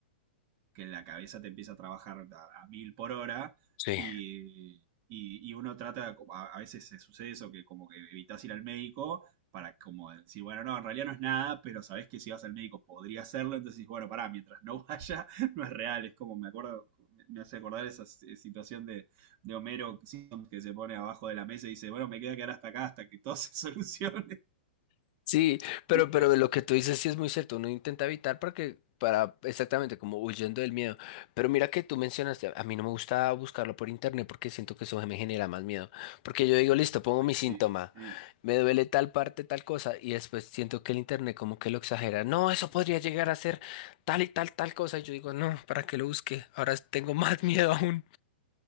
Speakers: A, on the right; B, on the left.
A: que la cabeza te empieza a trabajar a, a mil por hora
B: sí.
A: y, y, y uno trata, a, a veces se sucede eso, que como que evitas ir al médico para como decir, bueno, no, en realidad no es nada, pero sabes que si vas al médico podría hacerlo, entonces bueno, pará, mientras no vaya, <laughs> no es real, es como me acuerdo, me me hace acordar esa s- situación de, de Homero Simpson que se pone abajo de la mesa y dice, bueno, me queda quedar hasta acá, hasta que todo se <laughs> solucione,
B: Sí, pero,
A: ¿viste?
B: pero lo que tú dices sí es muy cierto, uno intenta evitar para que, para, exactamente, como huyendo del miedo. Pero mira que tú mencionaste, a mí no me gusta buscarlo por internet porque siento que eso me genera más miedo. Porque yo digo, listo, pongo
A: Ay,
B: mi
A: sí,
B: síntoma,
A: sí,
B: me duele tal parte, tal cosa, y después siento que el internet como que lo exagera. No, eso podría llegar a ser tal y tal, tal cosa. Y yo digo, no, ¿para qué lo busque? Ahora tengo más miedo aún.